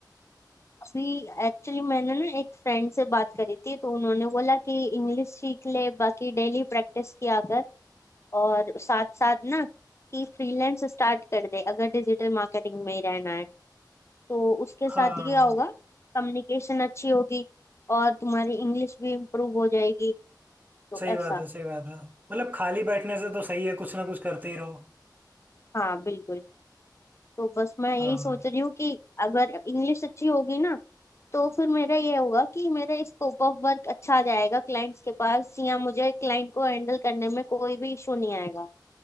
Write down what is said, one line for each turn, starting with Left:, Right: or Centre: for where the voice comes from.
Left: अभी एक्चुअली मैंने ना एक फ्रेंड से बात करी थी तो उन्होंने बोला कि इंग्लिश सीख ले बाकी डेली प्रैक्टिस किया कर और साथ साथ ना कि फ्रीलांस स्टार्ट कर दे अगर डिजिटल मार्केटिंग में ही रहना है तो उसके साथ
Right: हाँ
Left: क्या होगा कम्युनिकेशन अच्छी होगी और तुम्हारी इंग्लिश भी इम्प्रूव हो जाएगी तो
Right: सही
Left: ऐसा
Right: बात है सही बात है मतलब खाली बैठने से तो सही है कुछ ना कुछ करते ही रहो
Left: हाँ बिल्कुल तो बस मैं यही
Right: हाँ
Left: सोच रही हूँ कि अगर इंग्लिश अच्छी होगी ना तो फिर मेरा ये होगा कि मेरा स्कोप ऑफ वर्क अच्छा आ जाएगा क्लाइंट्स के पास या मुझे क्लाइंट को हैंडल करने में कोई भी इशू नहीं आएगा